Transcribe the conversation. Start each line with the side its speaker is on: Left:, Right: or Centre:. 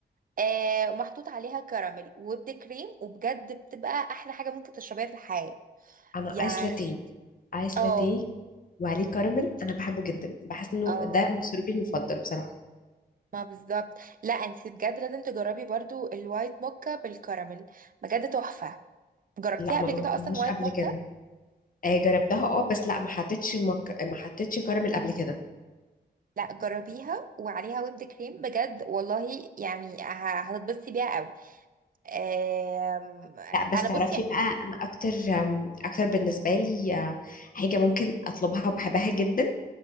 Right: آه، محطوط عليها كراميل وبد كريم وبجد بتبقى احلى حاجة ممكن تشربيها في الحياة
Left: أنا
Right: يعني
Left: آيس لاتيه آيس
Right: اه
Left: لاتيه وعليه كراميل أنا بحبه جدا بحس إنه
Right: اه
Left: ده مشروبي المفضل بصراحة
Right: ما بالظبط لا انت بجد لازم تجربي برضو الوايت موكا بالكراميل بجد تحفة جربتيها
Left: لا ما
Right: قبل
Left: جربتهاش
Right: كده اصلا وايت
Left: قبل
Right: موكا
Left: كده آه جربتها اه بس لا ما حطيتش مك... ما حطيتش كراميل قبل كده
Right: لا جربيها وعليها ويب كريم بجد والله يعني ه- هتتبسطي بيها قوي آم،
Left: لا بس
Right: انا
Left: تعرفي
Right: بصي
Left: بقى انا اكتر آم، اكتر بالنسبه لي آه، حاجه ممكن اطلبها وبحبها جدا